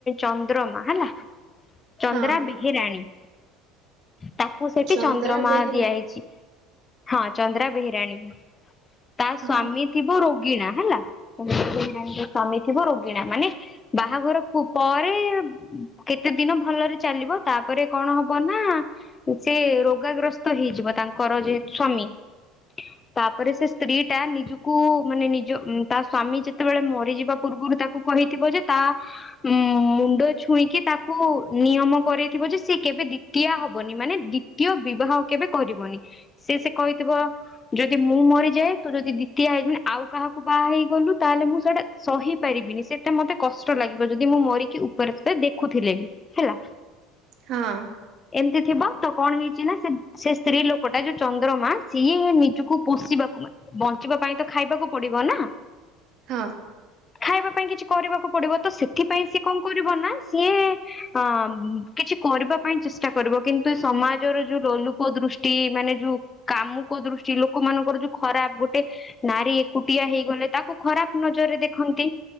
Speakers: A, on the left (about 25°); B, on the right (about 55°).
A: ଚନ୍ଦ୍ରମା ହେଲା। ଚନ୍ଦ୍ରା
B: ହଁ
A: ବେହେରାଣୀ। ତାକୁ ସେଠି
B: ଚନ୍ଦ୍ର
A: ଚନ୍ଦ୍ରମା
B: ବେହେରାଣୀ
A: ଦିଆହେଇଛି। ହଁ ଚନ୍ଦ୍ରା ବେହେରାଣୀ ତା
B: ହଁ
A: ସ୍ଵାମୀ ଥିବ ରୋଗିଣା ହେଲା। <unintelligible> ସ୍ୱାମୀ ଥିବ ରୋଗିଣା ମାନେ ବାହାଘର ପୁ ପରେ କେତେ ଦିନ ଭଲରେ ଚାଲିବ ତାପରେ କଣ ହବ ନା ସେ ରୋଗାଗ୍ରସ୍ତ ହେଇଯିବ ତାଙ୍କର ଯେ ସ୍ଵାମୀ। ତାପରେ ସେ ସ୍ତ୍ରୀ ଟା ନିଜକୁ ମାନେ ନିଜ ତା ସ୍ଵାମୀ ଯେତେବେଳେ ମରିଯିବା ପୂର୍ବରୁ ତାକୁ କହିଥିବ ଯେ ତା ଉଁ ମୁଣ୍ଡ ଛୁଇଁକି ତାକୁ ନିୟମ କରଇଥିବ ଯେ ସିଏ କେବେ ଦି ତିଆ ହବନି ମାନେ ଦ୍ଵିତୀୟ ବିବାହ କେବେ କରିବନି। ସେ ସେ କହିଥିବ ଯଦି ମୁଁ ମରିଯାଏ ତୁ ଯଦି ଦ୍ୱତିଆ ହେଇ ଆଉ କାହାକୁ ବାହା ହେଇଗଲୁ ତାହେଲେ ମୁଁ ସେଇଟା ସହି ପାରିବିନି ସେଇଟା ମତେ କଷ୍ଟ ଲାଗିବ ଯଦି ମୁଁ ମରିକି ଉପରେ ସେ ଦେଖୁଥିଲେ ହେଲା।
B: ହଁ।
A: ଏମିତି ଥିବ ତ କଣ ହେଇଛି ନା ସେ ସେ ସ୍ତ୍ରୀ ଲୋକଟା ଯୋଉ ଚନ୍ଦ୍ରମା ସିଏ ନିଜକୁ ପୋଷିବାକୁ ବଞ୍ଚିବା ପାଇଁ ତ ଖାଇବାକୁ ପଡିବ ବନା
B: ହଁ
A: ଖାଇବା ପାଇଁ କିଛି କରିବାକୁ ପଡିବ ତ ସେଥିପାଇଁ ସିଏ କଣ କରିବ ନା ସିଏ ଅ କିଛି କରିବା ପାଇଁ ଚେଷ୍ଟା କରିବ କିନ୍ତୁ ଏ ସମାଜର ଯୋଉ ଲୋଲୁପ ଦୃଷ୍ଟି ମାନେ ଯୋଉ କାମୁକ ଦୃଷ୍ଟି ଲୋକମାନାନଙ୍କର ଯୋଉ ଖରାପ ଗୋଟେ ନାରୀ ଏ ପିଆ ହେଇଗଲେ ତାକୁ ଖରାପ ନଜରରେ ଦେଖନ୍ତି।